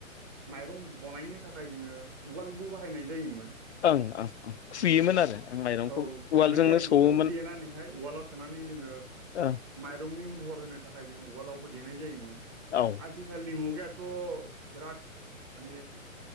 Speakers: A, on the right (about 20°); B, on the left (about 55°).
A: माइरं बनायनो थाखाय जोङो उवालबो बाहायनाय जायोमोन।
B: ओं ओं ओं खुयोमोन
A: उम
B: आरो आं माइरंखौ
A: औ
B: उवालजोंनो
A: हुनाय जायोमोन
B: सौवोमोन
A: र' देनानैहाय उवालाव सुनानै जोङो
B: ओ
A: माइरंनि महर होनो थाखाय जोङो उवालावबो देनाय जायोमोन।
B: औ
A: आथिखालनि मुगायाथ' बिराद माने